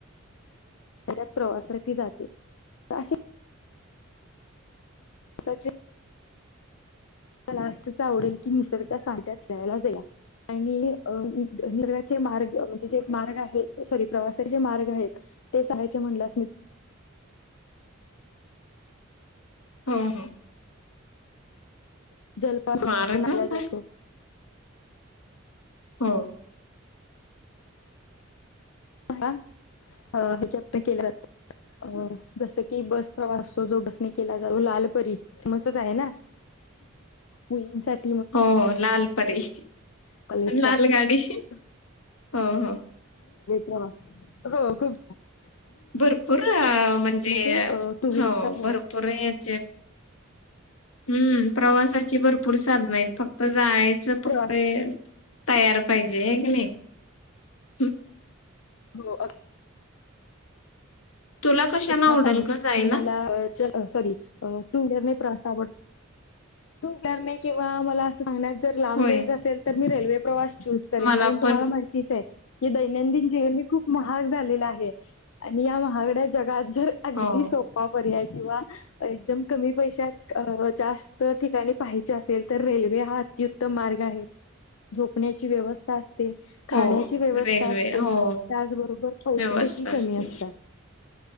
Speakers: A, on the left; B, on the left.
A: त्यात प्रवासाठी जाते तर अशे साचे लास्टच आवडेल की निसर्गच्या सांध्यात फिरायला जाऊया. आणि अ निघाचे मार्ग म्हणजे जे मार्ग आहे सॉरी प्रवासाचे जे मार्ग आहेत ते सांगायचे म्हणल्यास मी
B: हो हो.
A: <unintelligible>
B: मार का काय हो.
A: हा अ ह्याच्यात ते केल जातं अ जसं की बस प्रवास जो बसने केला जो लालपरी मस्तच आहे ना. मुलीं साठी
B: हो लाल परी
A: <unintelligible>
B: लाल
A: हे
B: गाडी हो हो
A: बघ, हो खूप छा
B: भरपूर अ म्हणजे
A: जे टू व्हीलरचा
B: हो
A: प्रवास
B: भरपूर याचे हम्म प्रवासाची भरपूर साधनं आहेत फक्त जायचं
A: प्रवास
B: फक्त ए तयार पाहिजे हाय की नाही? हम्म.
A: हो अ
B: तुला कशाने
A: तुम्हाला
B: आवडेल
A: सांग
B: ग जायला
A: की मला अ सॉरी टू व्हीलरने प्रवास आवडतो, टु व्हीलरने किंवा मला अस सांगण्यात जर लांब
B: होय
A: जायचं असेल तर मी रेल्वे प्रवास चूज करेन
B: मला
A: कारण तुम्हाला
B: पण
A: माहितीचए. की दैनंदिन जीवन मी खूप महाग झालेलं आहे, आणि ह्या महागड्या जगात तर अगदी
B: हो
A: सोपा पर्याय किंवा एकदम कमी पैशात अ जास्त ठिकाणी पाहायची असेल तर रेल्वे हा अति उत्तम मार्ग आहे, झोपण्याची व्यवस्था अस ते खाण्याची
B: हो
A: व्यवस्था
B: रेल्वे
A: असते,
B: हो
A: त्याचबरोबर पैसे
B: व्यवस्था
A: देखील कमी
B: असते
A: असतात.